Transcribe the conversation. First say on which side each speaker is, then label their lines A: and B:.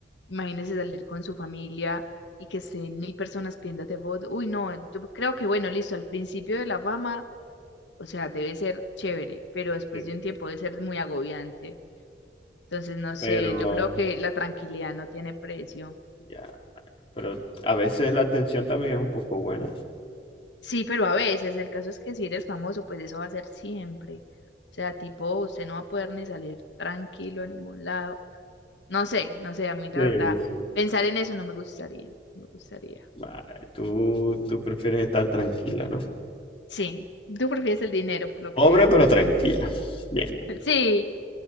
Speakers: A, on the left; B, on the left.
A: Imagínese salir con su familia y que estén mil personas pidiéndote fotos. Uy, no, yo creo que bueno, listo, al principio de la fama, o sea, debe ser chévere, pero después
B: Sí,
A: de un tiempo debe ser muy agobiante. Entonces, no sé,
B: pero
A: yo creo que la tranquilidad no tiene precio.
B: ya, pero a veces la atención también es un poco buena.
A: Sí, pero a veces, el caso es que si eres famoso, pues eso va a ser siempre. O sea, tipo, usted no va a poder ni salir tranquilo a ningún lado. No sé, no sé, a mí la
B: Sí,
A: verdad,
B: sí.
A: pensar en eso no me gustaría, no me gustaría.
B: Vale, tú, tú prefieres estar tranquila, ¿no?
A: Sí, tú prefieres el dinero, por lo
B: Pobre
A: que veo.
B: pero tranquila. Bien,
A: Sí,